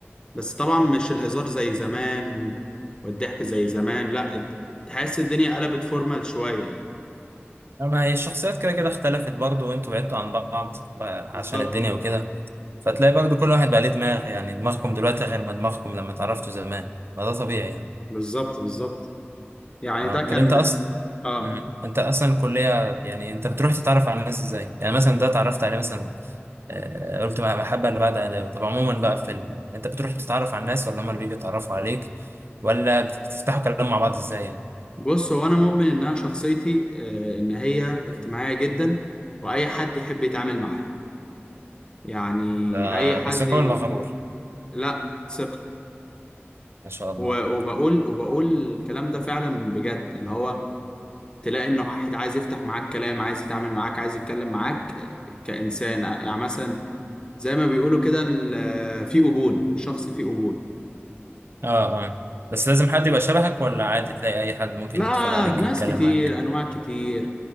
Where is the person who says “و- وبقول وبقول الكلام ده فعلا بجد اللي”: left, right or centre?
Left